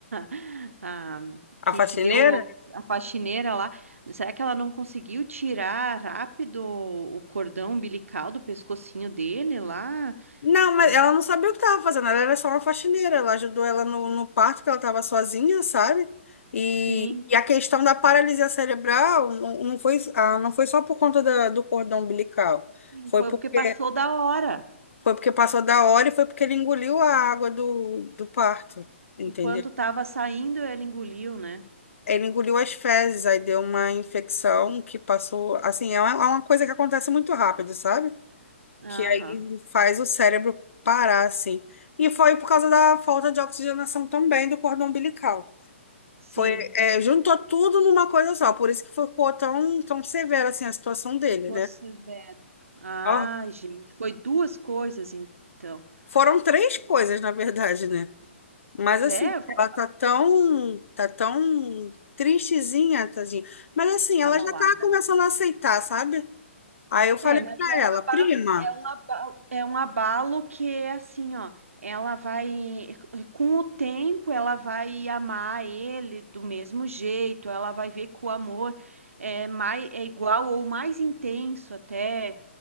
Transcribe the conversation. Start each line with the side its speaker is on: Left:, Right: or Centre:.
Right: <laughs> a, que,
Left: A faxineira?
Right: que deu o- a faxineira lá, será que ela não conseguiu tirar rápido o cordão umbilical do pescocinho dele lá?
Left: Não,
Right: É,
Left: mas ela não sabia o que estava fazendo, ela era só uma faxineira. Ela ajudou ela no, no parto, que ela estava sozinha, sabe? E,
Right: sim,
Left: e a questão da paralisia cerebral não, não foi, ah, não foi só por conta da- do cordão umbilical.
Right: sim,
Left: Foi
Right: foi
Left: porque
Right: porque passou da hora.
Left: Foi porque passou da hora e foi porque ele engoliu a água do, do parto, entendeu?
Right: Enquanto estava saindo, ela engoliu, né?
Left: Ele engoliu as fezes, aí deu uma infecção que passou. Assim, é uma, é uma coisa que acontece muito rápido, sabe?
Right: Aham,
Left: Que aí faz o cérebro parar, assim. E foi por causa da falta de oxigenação também do cordão umbilical.
Right: sim.
Left: Foi, é, juntou tudo numa coisa só, por isso que ficou tão, tão severa assim a situação dele,
Right: Ficou
Left: né?
Right: severo. Ah,
Left: Ó,
Right: gente, foi duas coisas então.
Left: foram três
Right: Foi-
Left: coisas, na verdade, né? Mas
Right: É,
Left: assim,
Right: foi
Left: ela tá tão, tá tão tristezinha, tadinha. Mas assim, ela
Right: uma balada.
Left: já tá começando a aceitar, sabe? Aí eu falei
Right: É, mas
Left: pra
Right: é um
Left: ela, prima,
Right: abalo, é um abalo, é um abalo que é assim, ó, ela vai, com o tempo, ela vai amar ele do mesmo jeito, ela vai ver que o amor é mais, é igual ou mais intenso até.